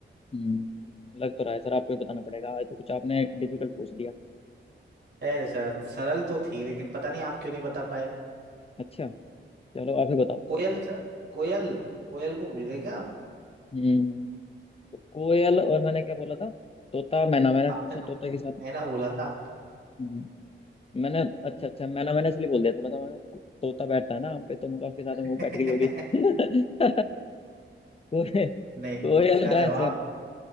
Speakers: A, on the left (about 30°); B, on the right (about 60°).
A: हम्म, लग तो रहा है सर आपको ही बताना पड़ेगा आज तो कुछ आपने डिफिकल्ट पूछ दिया
B: है सर सरल तो थी लेकिन पता नहीं आप क्यों नहीं बता पाए
A: अच्छा चलो आप ही बताओ
B: कोयल सर कोयल कोयल को भूल गए क्या आप
A: हम्म तो कोयल और मैंने क्या बोला था तोता मैना मैंने
B: आपने
A: पूछा तोते
B: तो
A: के साथ
B: मैना बोला था
A: हम्म, मैंने अच्छा अच्छा मैंने मैंने इसलिए बोल दिया थोड़ा सा मैंने तोता बैठता है ना आम पे तो मुझे उसके साथ
B: आपने
A: में वो बैठ गई होगी
B: <laughs>
A: <laughs> कोयल
B: नहीं नहीं
A: कोयल
B: इसका
A: का
B: जवाब
A: ऐसा
B: है,